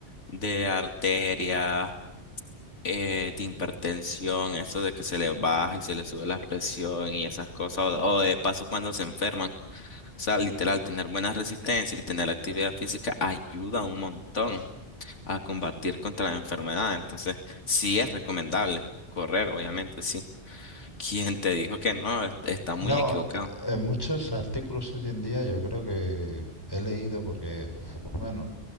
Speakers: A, on the left; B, on the left.
A: de arteria, eh, de hipertensión, eso de que se le baja y se le sube la presión y esas cosas, o, o de paso cuando se enferman. O sea, literal, tener buena resistencia y tener actividad física ayuda un montón a combatir contra la enfermedad. Entonces, sí es recomendable correr, obviamente, sí. ¿Quién te dijo que no? Es- Está muy
B: No,
A: equivocado.
B: en muchos artículos hoy en día yo creo que he leído porque, bueno,